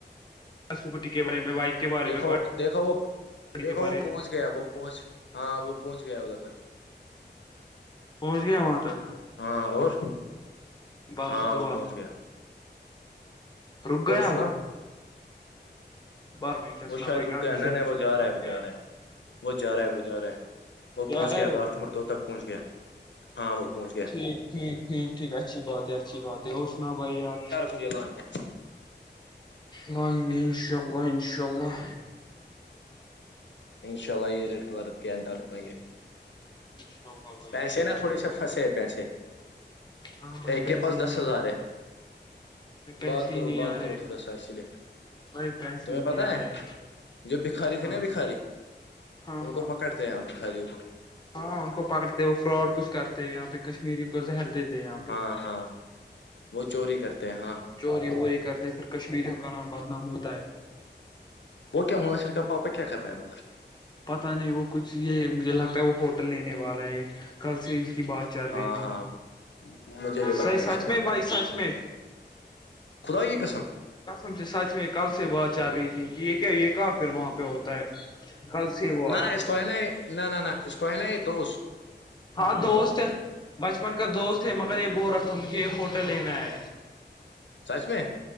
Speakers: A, on the left; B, on the left.
A: سکٹی کے برے میں بائک کے بارے
B: دیکھو
A: میں گاڑی
B: دیکھو وہ دیکھو
A: کے بارے
B: وہ پہنچ گ گیا وہ پہنچ ہاں وہ پہنچ گیا ادھر تک
A: میں پہنچ گیا وہاں تک
B: ہاں اور
A: بس
B: ہاں
A: دعا
B: وہ پہنچ گیا
A: رک گیا
B: اور سنا
A: وہ بعد میں کیا سنا
B: وہ شاید
A: بھائی
B: رک
A: گرمی
B: گیا ہے
A: سے
B: ن نہیں وہ جا رہا
A: اب
B: ہے وہ
A: گیا
B: جا رہا ہے وہ جا رہا ہے وہ جا رہا ہے وہ
A: کیا
B: پہنچ
A: رہا
B: گیا
A: ہے
B: اگا
A: وہ
B: نمبر دو تک پہنچ گیا ہاں وہ پہنچ گیا
A: ٹھیک ٹھیک ٹھیک ٹھیک اچھی بات ہے اچھی بات ہے اور سناؤ بھائی یار
B: مجھےبان ہے
A: لائیں گے انشاء اللہ انشاء اللہ
B: انشاء اللہ یہ ریڈ کلر کے انینٹر رکھیں گے
A: انشاء اللہ بھائی
B: پیسے
A: انشاء
B: نا
A: اللہ
B: تھوڑے سا فسے پیسے
A: ہاں بھائی
B: ایک
A: پیسے
B: کے پاس
A: ہی
B: دس
A: نہیں
B: ہزار
A: آ
B: ہے
A: بھائی پیسے
B: بات کرو
A: ہی نہیں
B: بات
A: آ
B: کرو
A: رہے
B: تھوڑا سا اسی لیے
A: بھائی پیسے
B: تمہیں
A: ہی نہیں
B: پتا
A: آ
B: ہے
A: رہے
B: جو بکھاری تھے
A: ہاں
B: نا بکھاری
A: ہاں
B: ان
A: ہاں
B: کو پکڑتے ہیں بکھاریوں کو
A: ہاں ان کو پکڑتے وہ فراڈ کچھ کرتے یہاں پہ کشمیری کو زہر دیتے ہیں یہاں پہ
B: ہاں ہاں وہ چوری کرتے ہیں ہاں
A: چوری ووری کرتے پھر کشمیریوں کا نام بدنام ہوتا ہے
B: بوک کیا مناسر کا پپاپا کیا کر رہے ہیں ادھر
A: پتا نہیں وہ کچھ یہ مجھے لگتا ہے وہ ہوٹل لینے والا ہے کل سے ان کی بات چل
B: ہاں
A: رہی تھی
B: ہاں مجھے بھی لگتا
A: سی
B: ہے
A: سچ
B: شاید
A: میں بھائی سچ میں
B: خدائیی قسم
A: سم سے سچ میں کل سے بہت چل رہی تھی کہ یہ کیا یہ کہاں پھر وہاں پہ ہوتا ہے کل سے وہ
B: نہ
A: آیا
B: نہ اس کو ہے نہیں نہ نہ نہ اس کو ہے نہیں تو
A: ہاں دوست ہے بچپن کا دوست ہے مگر یہ ب رہکھا تھا مجھے یہ ہوٹل لینا ہے
B: سچ میں